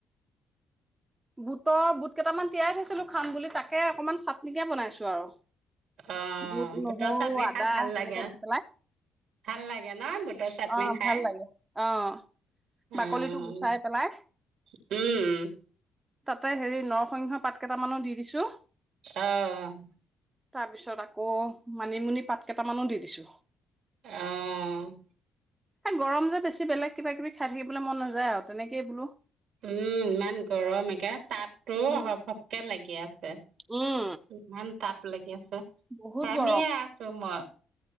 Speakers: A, on the right; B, on the right.
A: বুটৰ, বুট কেইটামান তিয়াই থৈছিলো খাম বুলি তাকে অকনমান চাটনিকে বনাইছো আৰু।
B: অ',
A: বুট, নহৰু,
B: বুটৰ চাটনি
A: আদা
B: খাই ভাল
A: তেনেকে
B: লাগে।
A: দি পেলাই
B: ভাল লাগে ন বুটৰ চাটনি
A: অ'
B: খাই?
A: ভাল লাগে। অ'
B: অ',
A: বাকলিটো গুচাই পেলাই
B: উম।
A: তাতে হেৰি নৰসিংহ পাত কেইটামানো দি দিছো।
B: অহ'।
A: তাৰ পিছত আকৌ মানিমুনি পাত কেইটামানো দি দিছো।
B: অহ'।
A: এ গৰম যে বেছি বেলেগ কিবা কিবি খাই থাকিবলৈ মন নাযায় আৰু তেনেকে বোলো
B: উম, ইমান গৰম একে, তাপতো
A: উম,
B: সপ সপকে লাগি আছে।
A: উম,
B: ইমান তাপ লাগ
A: বহুত
B: ঘামিয়ে
A: গৰম
B: আছো মই।